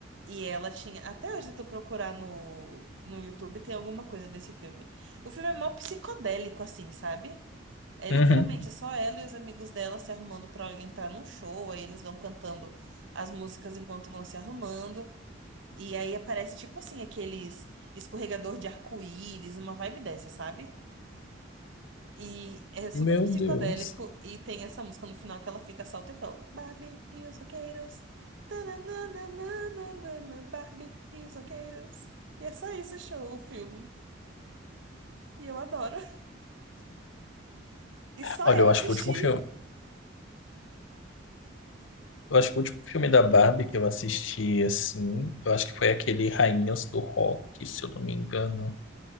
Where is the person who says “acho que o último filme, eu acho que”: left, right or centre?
Left